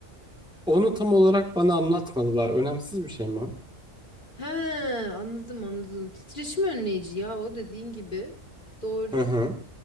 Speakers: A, in the centre; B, on the left (about 40°).
A: Onu tam olarak bana anlatmadılar. Önemsiz bir şey mi o?
B: He, anladım anladım. Titreşim önleyici ya o dediğin gibi. Doğru.
A: Hı hı.